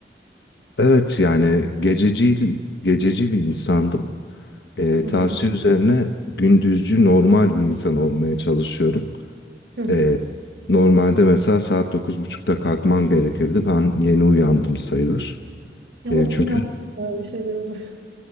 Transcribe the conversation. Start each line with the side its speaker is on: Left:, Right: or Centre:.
Left: Evet yani gececi gececi bir insandım. Eee,
Right: Hı
Left: tavsiye
Right: hı.
Left: üzerine gündüzcü normal bir insan olmaya çalışıyorum.
Right: <laughs>
Left: Ee, normalde mesela saat dokuz buçukta kalkmam gerekirdi. Ben yeni uyandım sayılır.
Right: Ama
Left: Ee,
Right: bugün
Left: çünkü
Right: hafta böyle şeyler olur. <laughs>